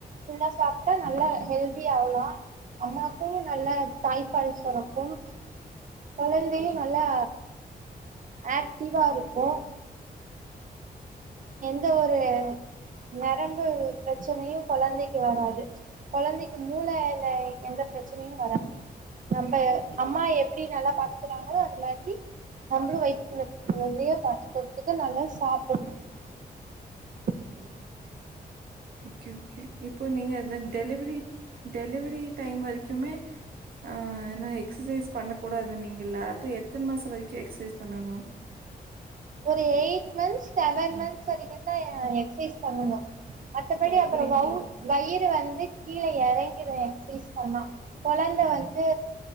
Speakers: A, on the right; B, on the right.
A: எல்லாம் சாப்பிட்டா நல்லா ஹெல்த த்தி ஆகலாம் அம்மாக்கும் நல்ல தாய்ப்பால் சுரக்கும் குழந்தையும் நல்லா ஆக்டிவா இருக்கும் எந்த ஒரு நரம்பு பிரச்சனையும் குழந்தைக்கு வராது குழந்தைக்கு மூளைையில எந்த பிரச்சனையும் வராது நம்ம அம்மா எப்படி நல்லா பாத்துக்கிறாங்களோ அது மாதிரி நம்மளும் வயித்துக்குள்ள இருக்குற குழந்தைய பாத்துக்கறதுக்கு நல்லா சாப்புடணும் <inaudible>
B: ஓகே ஓகே யப் இப்போ நீங்க டெலிவரி டெலிவரி டைம் வரைக்குமே ஆ ஏன எக்ஸசைஸ் பண்ணக்கூடாது நீங்கலா அப்ப எத்தன மாசம் வரைக்கும் எக்சசைஸ் பண்ணணும்
A: ஒரு எயிட் மந்த்ஸ் செவன் மந்த்ஸ் ச இவன் தான் எக்சைஸ் பண்ணனும் மத்தபடி
B: ஓ! அப்டிங்களா?
A: அப்புறம் வவ் வயிறு வந்து கீழ எறங்கிடும் எக்ஸ்சைஸ் பண்ணா கொழந்த வந்து